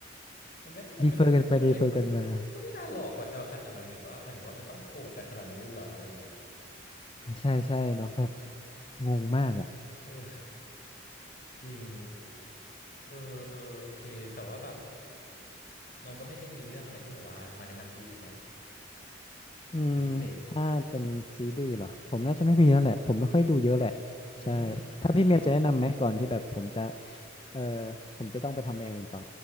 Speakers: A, on the left (about 45°); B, on the left (about 25°).
A: มันไม่น่ามันไม่น่ามันไม่มันมันก็ไม่น่าหลอกกันว่าขนาดมันถึงว่ามันถึงว่ามันต้องโกงกันขนาดนั้นได้หรออะไรเงี้ย
B: รีเฟอร์กันไปรีเฟอร์กันมา ใช่ใช่เนาะแบบงงมากอ่ะ
A: เออจริงเออเออโอเคแต่ว่าแบบน้องก็ไม่ได้มีเรื่องอะไรที่แบบว่ามาแนะนำพี่ใช่ไหม
B: อืมถ้าเป็นซีรีส์เหรอผมน่าจะไม่มีแล้วแหละผมไม่ค่อยดูเยอะแหละ
A: เป็นพิเศษครับอืมได้ได้
B: ใช่ถ้าพี่เมียจะแนะนำไหมก่อนที่แบบผมจะเออผมจะต้องไปทำอย่างอื่นต่อ